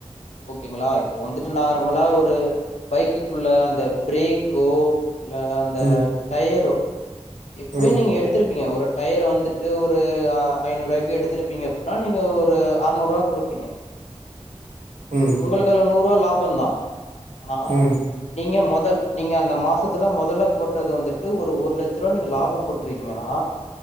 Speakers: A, on the left (about 70°); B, on the right (about 85°).
A: ஓகேங்களா இப்போ வந்துட்டு நார்மலா ஒரு பைக்குக்குள்ள அந்த ப்ரேக்கோ இல்ல அந்த
B: ம்
A: டயரோ எப்புடியு
B: ம்
A: நீங்க எடுத்திரு டுப்பீங்க ஒரு டயர் வந்துட்டு ஒரு ஐநூறு ரூபாய்க்கு எடுத்துிருப்பீங்க அப்டின்னா நீங்க ஒரு அறநூறு ரூபா குடுப்பீங்க
B: ம்
A: உங்களுக்கல நூறு ரபா லாபம் தா ஆனா
B: ம் ம்
A: நீங்க மொத் முதல் நீங்க அந்த மாசத்துல முதல்ல போட்டது வந்துட்டு ஒரு ஒரு லட்ச் சருவா நீங்க லாபம் போட்டிருக்கீங்கன்னா